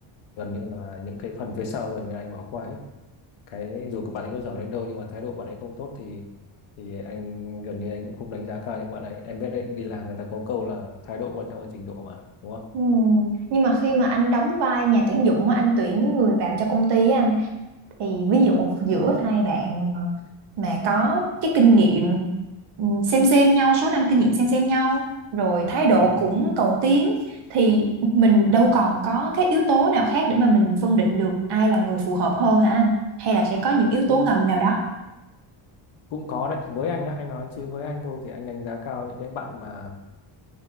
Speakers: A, on the left; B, on the right.
A: gần như là những cái phần phía sau gần như là anh bỏ qua hết cái dù các bạn ấy có giỏi đến đâu nhưng mà thái độ bạn ấy không tốt thì thì anh gần như anh cũng không đánh giá cao những bạn ấy em biết đấy đi làm người ta có câu là thái độ quan trọng hơn trình độ mà đúng không
B: Ừ, nhưng mà khi mà anh đóng vai nhà tuyển dụng á, anh tuyển người vào cho công ty á anh thì ví dụ giữa hai bạn mà có cái kinh nghiệm ừ, xem xem nhau số năm kinh nghiệm xem xem nhau rồi thái độ
A: ừ.
B: cũng cầu tiến thì mình đâu còn có cái yếu tố nào khác để mà mình phân định được ai là người phù hợp hơn hả anh hay là sẽ có những yếu
A: cũng
B: tố ngầm nào đó
A: cũng có đấy với anh nhá anh nói chứ với anh thôi thì anh đánh giá cao những cái bạn mà